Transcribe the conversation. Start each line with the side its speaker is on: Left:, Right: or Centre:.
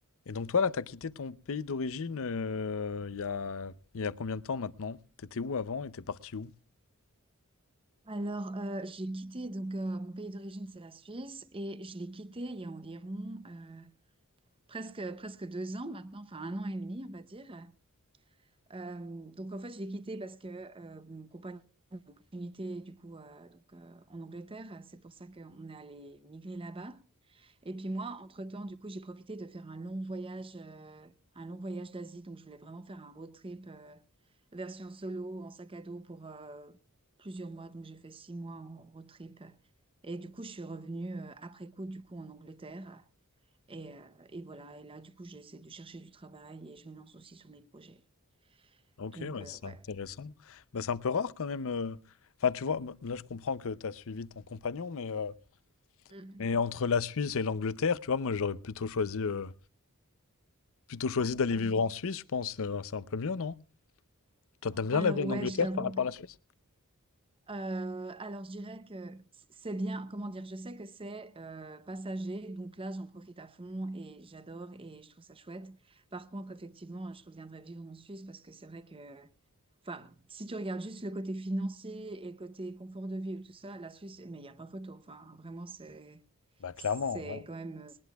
Left: Et donc toi, là, t'as quitté ton pays d'origine euh, il y a, il y a combien de temps maintenant? T'étais où avant et t'es parti où?
Right: Alors, euh, j'ai quitté, donc euh, mon pays d'origine, c'est la Suisse, et je l'ai quitté il y a environ euh, presque, presque deux ans maintenant, enfin un an et demi, on va dire. Euh, donc, en fait, je l'ai quitté parce que euh, mon compagnon a une opportunité, du coup, euh, donc, euh, en Angleterre, c'est pour ça qu'on est allé migrer là-bas. Et puis moi, entre-temps, du coup, j'ai profité de faire un long voyage, euh, un long voyage d'Asie. Donc, je voulais vraiment faire un road trip euh, version solo, en sac à dos pour euh, plusieurs mois. Donc, j'ai fait six mois en road trip. Et du coup, je suis revenue euh, après coup, du coup, en Angleterre. Et, euh, et voilà. Et là, du coup, j'essaie de chercher du travail et je me lance aussi sur mes projets.
Left: Ok,
Right: Donc,
Left: bah,
Right: euh,
Left: c'est
Right: ouais.
Left: intéressant. Bah, c'est un peu rare quand même. euh. Enfin, tu vois, bah, là, je comprends que t'as suivi ton compagnon, mais, euh,
Right: Mm.
Left: mais entre la Suisse et l'Angleterre, tu vois, moi, j'aurais plutôt choisi, euh, plutôt choisi d'aller
Right: Ah,
Left: vivre en Suisse, je pense. euh, c'est un peu mieux, non? Toi, t'aimes bien
Right: Alors,
Left: la vie en
Right: ouais,
Left: Angleterre
Right: je t'avoue
Left: par rapport
Right: que
Left: à la Suisse?
Right: Euh, alors, je dirais que c'est bien, comment dire, je sais que c'est euh, passager, donc là, j'en profite à fond et j'adore et je trouve ça chouette. Par contre, effectivement, je reviendrai vivre en Suisse parce que c'est vrai que, enfin, si tu regardes juste le côté financier et le côté confort de vie ou tout ça, la Suisse, mais il n'y a pas photo. Enfin, vraiment, c'est,
Left: Bah clairement,
Right: c'est
Left: ouais.
Right: quand même,